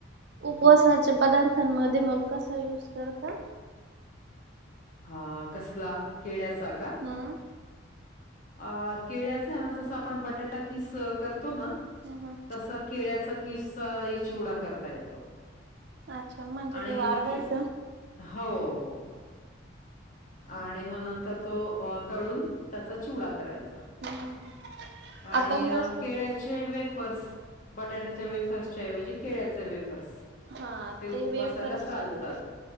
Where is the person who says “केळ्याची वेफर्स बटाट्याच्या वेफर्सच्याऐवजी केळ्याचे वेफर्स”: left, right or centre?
Left